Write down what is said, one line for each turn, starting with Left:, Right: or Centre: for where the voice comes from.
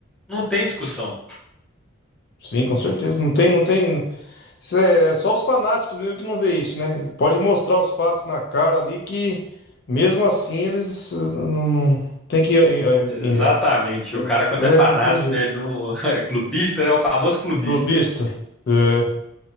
Centre: não tem discussão.
Left: sim, com certeza. Não tem, não tem. isso é só os fanáticos mesmo que não vê isso, né? Pode mostrar os fatos na cara ali que mesmo assim eles eh, não tem que. eh, eh,
Centre: Exatamente,
Left: eh,
Centre: o cara quando
Left: É,
Centre: é fanático,
Left: não tem jeito.
Centre: né, ele não <laughs> é clubista, né, é o famoso clubista.
Left: Clubista, é,